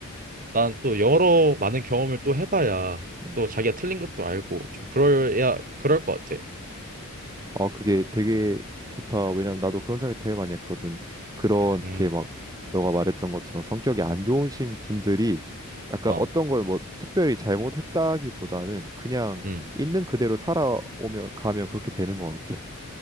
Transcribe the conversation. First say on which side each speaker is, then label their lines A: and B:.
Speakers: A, on the right (about 40°); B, on the right (about 15°).
A: 난 또 여러 많은 경험을 또 해봐야
B: 음.
A: 또 자기가 틀린 것도 알고 좀 그럴야 그럴 것 같아.
B: 어, 그게 되게 좋다. 왜냐면 나도 그런 생각 되게 많이 했거든. 그렇게
A: 음,
B: 막 너가 말했던 것처럼 성격이 안 좋으신 분들이 약간
A: 어,
B: 어떤 걸 뭐 특별히 잘못했다기보다는 그냥
A: 음,
B: 있는 그대로 살아오며 가면 그렇게 되는 것 같아.